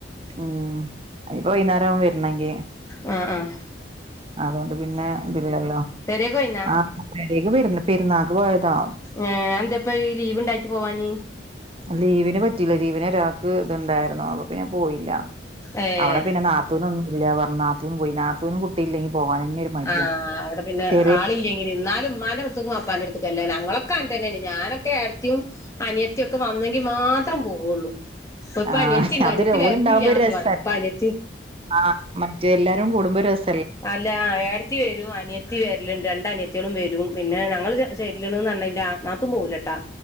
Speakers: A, on the right; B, on the left.
A: ഉം അതിപ്പോ വൈകുന്നേരാവും വരണെങ്കിൽ
B: ആ ആ
A: അതുകൊണ്ട് പിന്നെ ഇതില്ലല്ലോ
B: പെരേക്ക് പോയിന്നാ
A: ആ പെരേക്ക് പെരുന്നാക്ക് പോയതാ
B: ഏ എന്താപ്പം ഈ ലീവ് ണ്ടായിട്ട് പോവാഞ്ഞിയെ
A: ലീവിന് പറ്റിയില്ല ലീവിന് ഒരാൾക്ക് ഇത്ണ്ടായിരുന്നു അപ്പ പിന്നെ പോയില്ല
B: ഏഹ്
A: അവിടെ പിന്നെ നാത്തൂനൊന്നും ഇല്ല പറഞ്ഞ നാത്തൂൻ പോയി നാത്തൂനും കുട്ടിയില്ലെങ്കി പോവാനന്നെ ഒരു മടിയാ
B: ആ അവിടെ പിന്നെ
A: ചെറിയ
B: ആളില്ലെങ്കിൽ ഇന്നാലും ഉമ്മാനെ വാപ്പന്റെ ട്ത്തുക്കല്ലേ ഞങ്ങളൊക്കെ അങ്ങനെ തന്നെയാണ് ഞാനൊക്കെ ഏടത്തിയും അനിയത്തിയു ഒക്കെ വന്നെങ്കിൽ മാത്രം പോവുള്ളൂ ഇപ്പൊ
A: ആഹ്
B: അനിയെത്തിണ്ട്
A: അതൊരു
B: അനിയത്തി
A: ഓലുണ്ടാവുമ്പോ
B: വരുന്നില്ലന്നൊക്കെ
A: ഒരു രസാ
B: പറഞ്ഞു പ്പ നിയെത്തി
A: ആഹ് മറ്റേ എല്ലാരും കൂടുമ്പോ രസ
B: അല്ല ഏടത്തി വരും അനിയത്തി വരലുണ്ട് രണ്ട് അനിയത്തികളും വരും പിന്നെ ഞങ്ങൾ <unintelligible> നാത്തൂൻ പോവൂലട്ടാ